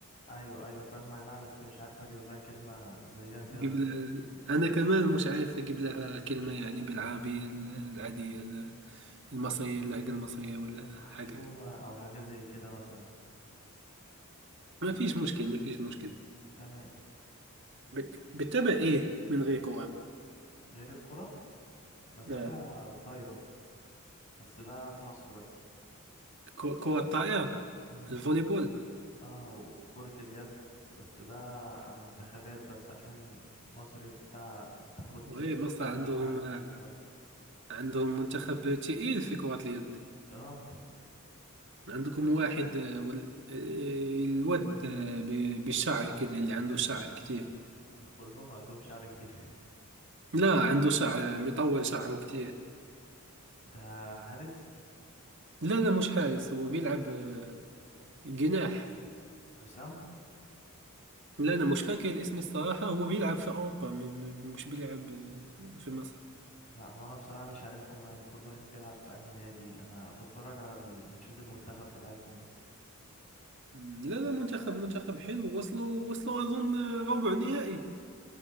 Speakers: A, on the left (about 30°); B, on the right (about 55°).
A: ايوه ايوه فاهم معناها بس مش عارف اجيب لها كلمة زيها كده
B: قبل
A: بال-
B: أنا كمان مش عارف أجيب لها كلمة يعني بالعربية ال- العادية ال- المصرية اللهجة المصرية ولا
A: محشومة
B: حاجة
A: او حاجة زي كده مثلا
B: ما فيش مشكل ما فيش مشكل
A: تمام
B: بت- بتتابع إيه من غير كرة؟
A: غير الكرة بتابع
B: نعم
A: طايرة بس ده في مصر بس
B: كرة الطائرة
A: امم
B: الفوليبول
A: اه وكرة اليد بس ده منتخبات بس عشان مصر بتاع منتخب
B: وهي
A: ال-
B: مصر عندهم
A: اليد بتاعنا تقيل شوية
B: عندهم منتخب تقيل في كرة اليد
A: اه
B: عندكم واحد آه، وال... آه، الواد آه، ب- بالشعر كده اللي عنده شعر كتير
A: كلهم عندهم شعر كتير
B: لا عنده شعر آه، مطول شعره كتير
A: <laughs> ده حارس
B: لا لا مش حارس هو بيلعب آه، جناح
A: حسام
B: لا أنا مش فاكر الاسم الصراحة هو بيلعب في أوروبا م... م- مش بيلعب آه، في مصر
A: لا هو انا بصراحه مش عارفهم يعني كل واحد بيلعب في انهي نادي انا بتفرج على الماتشات المنتخب بتاعتهم بس
B: مم، لا لا منتخب منتخب حلو وصلوا وصلوا أظن آه، ربع نهائي